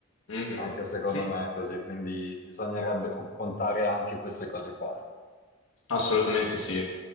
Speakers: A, on the left (about 80°); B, on the left (about 40°).
A: Mhm.
B: Anche secondo
A: Sì,
B: me è così, quindi bisognerebbe co- contare anche queste cose qua.
A: assolutamente sì.